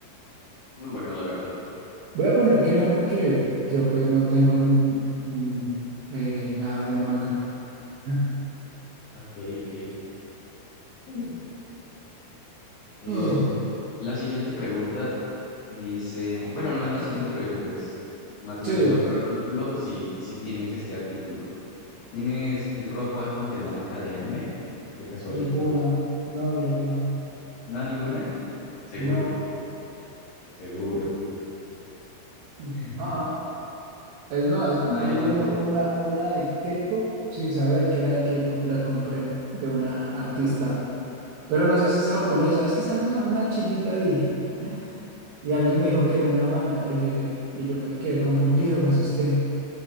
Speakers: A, on the left (about 55°); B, on the right (about 80°).
A: Muy bueno, la verdad.
B: Voy a poner que no, porque yo pues no tengo n- mm, eh, nada de manga. <laughs>
A: Ok, ok. Mm. Eh,
B: Ah,
A: la siguiente pregunta dice, bueno, no es la
B: ah.
A: siguiente pregunta, es más bien
B: Sí,
A: el otro artículo, si, si tienes este artículo. ¿Tienes ropa con temática de anime? ¿De casualidad?
B: ninguna. No, mira que no.
A: No, ninguna. Seguro,
B: No.
A: seguro.
B: Mm.
A: <laughs>
B: Ah, ah. Es más,
A: No,
B: tengo
A: yo tampoco.
B: una, una, una de K-pop sin saber que era de K-pop, la compré de una artista,
A: Oh.
B: pero no sé si es japonesa, es que sale una, una chinita ahí y alguien me dijo que era una banda y yo dije, y yo me quedé confundido, me asusté.